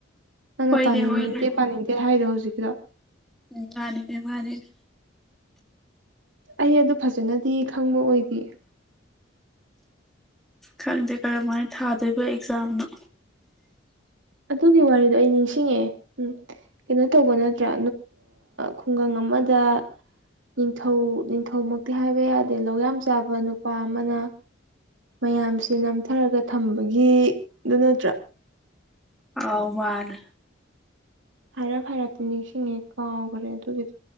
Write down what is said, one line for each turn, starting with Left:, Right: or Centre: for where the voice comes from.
Right: ꯅꯪꯅ
Centre: ꯍꯣꯏꯅꯦ
Right: ꯄꯥꯅꯤꯡꯗꯦ
Centre: ꯍꯣꯏꯅꯦ
Right: ꯄꯥꯅꯤꯡꯗꯦ ꯍꯥꯏꯗꯣ ꯍꯧꯖꯤꯛꯀꯤꯗꯣ
Centre: ꯎꯝ ꯃꯥꯅꯤꯅꯦ ꯃꯥꯅꯤꯅꯦ
Right: ꯑꯩ ꯑꯗꯨ ꯐꯖꯅꯗꯤ ꯈꯪꯕ ꯑꯣꯏꯗꯦ
Centre: ꯈꯪꯗꯦ ꯀꯔꯝꯍꯥꯏꯅ ꯊꯥꯗꯣꯏꯕ ꯑꯦꯛꯖꯥꯝꯅꯣ
Right: ꯑꯗꯨꯒꯤ ꯋꯥꯔꯤꯗꯣ ꯑꯩ ꯅꯤꯡꯁꯤꯡꯉꯛꯑꯦ ꯎ ꯀꯩꯅꯣ ꯇꯧꯕ ꯅꯠꯇ꯭ꯔꯥ ꯈꯨꯡꯒꯪ ꯑꯃ ꯃꯗ ꯅꯤꯡꯊꯧ ꯅꯤꯡꯊꯧꯃꯛꯇꯤ ꯍꯥꯏꯕ ꯌꯥꯗꯦ ꯂꯧ ꯌꯥꯝ ꯆꯥꯕ ꯅꯨꯄꯥ ꯑꯃꯅ ꯃꯌꯥꯝꯁꯦ ꯅꯝꯊꯔꯒ ꯊꯝꯕꯒꯤꯗꯨ ꯅꯠꯇ꯭ꯔꯥ
Centre: ꯑꯧ ꯃꯅꯦ
Right: ꯍꯥꯏꯔꯞ ꯍꯥꯏꯔꯠꯄꯨꯗꯤ ꯅꯤꯡꯁꯤꯡꯉꯦ ꯀꯥꯎꯈ꯭ꯔꯦ ꯑꯗꯨꯒꯤꯗꯣ